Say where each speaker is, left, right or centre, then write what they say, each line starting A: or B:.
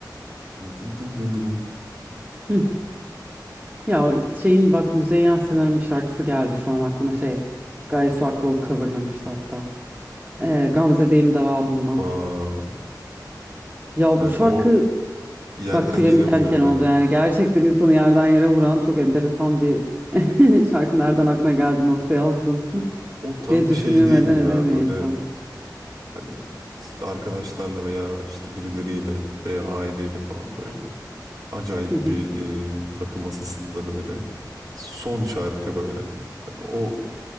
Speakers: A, on the right (about 55°); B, on the right (about 25°).
A: dın dın dın dın dın.
B: Hı. Ya şeyin bak Müzeyyen Senar'ın bir şarkısı geldi şu an aklıma şey. Gaye Su Akyol coverlamıştı hatta. Ee, Gamze'deyim dava bulmam.
A: Aa,
B: Ya
A: yani
B: bu şarkı
A: o yerden
B: bak tüylerim
A: yere
B: diken
A: vuruyor
B: diken oldu
A: beni.
B: yani. Gerçekten insanı yerden yere vuran çok enteresan bir <laughs> Şarkı nereden aklına geldi, nasıl yazdın?
A: O tam
B: diye düşünülmeden
A: bir şey değilim
B: edemiyor
A: ya böyle
B: insan.
A: hani arkadaşlarla veya işte birileriyle veya aileyle falan böyle acayip
B: Hı hı.
A: bir e, rakı masasında böyle son şarkı böyle. Yani o